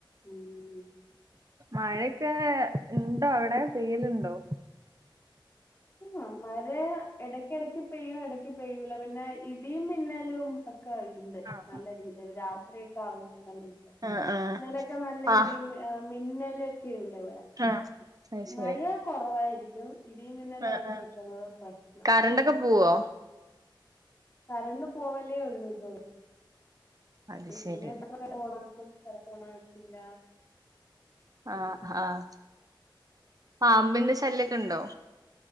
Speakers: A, on the left; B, on the right.
A: ഉം
B: മഴയൊക്കെ ഇണ്ടോ അവിടെ പെയ്യലുണ്ടോ?
A: ആ മഴ ഇടക്ക ഇടക്ക് പെയ്യും ഇടക്ക് പെയ്യൂല പിന്നെ ഇടിയും മിന്നലും..... ക്കെ ഉണ്ട്
B: ആഹ്
A: നല്ല രീതിൽ രാത്രിയൊക്കെ ആവുന്ന സമയ...
B: ആഹ് ആഹ്
A: ഇന്നലൊക്കെ നല്ല
B: ആഹ്
A: ഇടിയും ഏ..... മിന്നലൊക്കെ ഉണ്ട് ഇവിടെ
B: അത് ശരി
A: മഴ കുറവായിരിക്കും ഇടിയും...... <unintelligible>
B: ആഹ് ആഹ്
A: പ്രശ്നം.
B: കറണ്ടൊക്കെ പോവോ
A: കറണ്ട് പോവലേ ഉള്ളൂ ജോയ്.
B: അത്
A: പിന്ന
B: ശരി
A: ചെലപ്പോണാക്കും ചെലപ്പോണാക്കില്ല.
B: ആഹ ആഹ പാമ്പിന്റെ ശല്യൊക്കെ ഉണ്ടോ?